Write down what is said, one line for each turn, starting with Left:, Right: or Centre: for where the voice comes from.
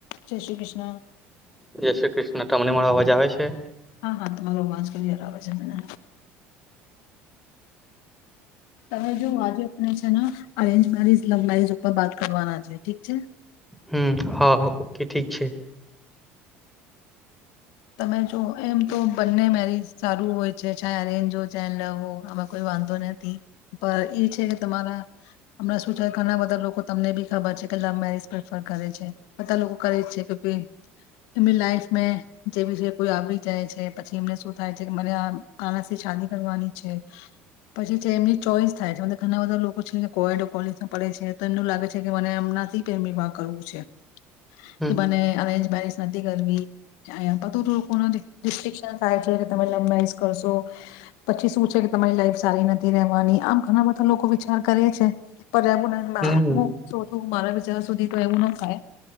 Left: સ શ્રી કૃષ્ણ.
Centre: જય શ્રી કૃષ્ણ ટમણી મા અવાજ આવે છે.
Left: હા હા તમારો અવાજ કે યાર આવે છે મને. તમે જો આજે આપને છે ને આચ બારી લગડાી શકો. પર બાત કરવાના છે ઠીક છે.
Centre: હમ હા. ઠીક છે.
Left: તમે જો. એમ તો બંને મેરિજ. સારું હોય છે ચા અરેન્જ હો ચા લવો આમાં કોઈ વાંધો નથી. પર એ છે કે તમારા. હમણાં શું છે ઘણા બધા લોકો તમને બી ખબર છે કે લવ મેરેજ પ્રેફર કરે છે બધા લોકો કરે જ છે કે એમની લાઈફ. જે બ છે કોઈ આવી જાય છે પછી એમને શું થાય છે કે મને આના થી શાદી કરવાની છે પછી જે એમની ચોઈસ થાય છે મ ઘણા બધા લોકો છે કોડો કોલેજમાં પડે છે તો એમનું લાગે છે કે મને એમનાથી પ્રેમ વિવાહ કરવું છે.
Centre: હમ
Left: કે મને અરેન્જ બરિસ નથી કરવી. અ બધું લોકો રિસ્ટ્રિકશન થાય છે કે તમે લંબાઈસ કરશો પછી શું છે કે તમારી લાઈફ સારી નથી રવાની આમ ઘણા બધા લોકો વિચાર કરે છે. પર્યામ
Centre: નહી
Left: હું. તું મારા વિચાર સુધી તો એવું ના થાય.